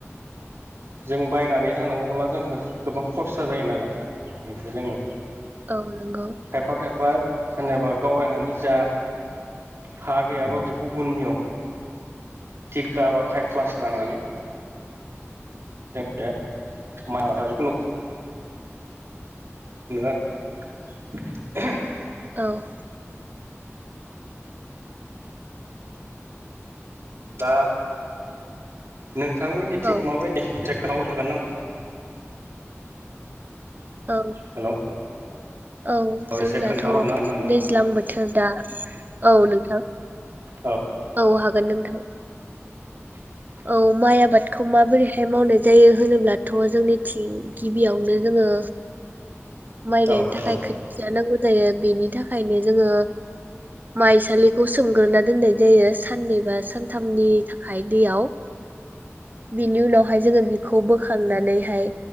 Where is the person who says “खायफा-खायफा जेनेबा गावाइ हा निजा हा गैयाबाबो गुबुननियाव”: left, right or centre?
Right